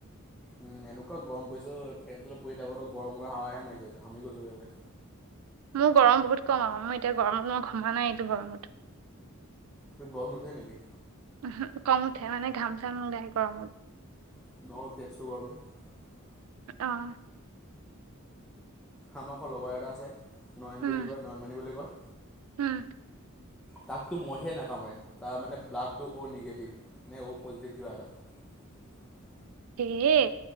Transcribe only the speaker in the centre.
উম এনেকুৱা গৰম পাৰিছে। ফেনটো <unintelligible> থাকো গৰম কৰা হাৱাহে মাৰিছে ঘামি গৈছোএকেবাৰে।
তোৰ গৰম নুঠে নেকি?
<unintelligible> গৰম উঠে।
আমাৰ লগৰ এটা আছে নয়ন
বুলি কয়, নয়নমণি বুলি কয়।
তাকতো মহে নাকামুৰে, তাৰ মানে ব্লাডটো অ' নিগেটিভ নে অ' পজিটিভ কিবা এটা। <unintelligible>